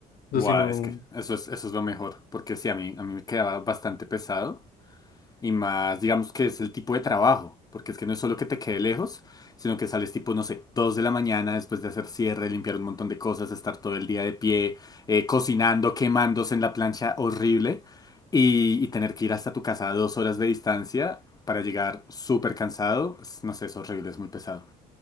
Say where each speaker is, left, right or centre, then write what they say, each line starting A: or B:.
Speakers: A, on the left (about 60°); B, on the left (about 20°).
A: O
B: buah,
A: sea, sino,
B: es que eso es, eso es lo mejor, porque sí, a mí, a mí me quedaba bastante pesado. Y más, digamos que es el tipo de trabajo, porque es que no es solo que te quede lejos, sino que sales tipo, no sé, 2 de la mañana después de hacer cierre, limpiar un montón de cosas, estar todo el día de pie, eh, cocinando, quemándose en la plancha horrible y, y tener que ir hasta tu casa a dos horas de distancia para llegar súper cansado. es- No sé, es horrible, es muy pesado.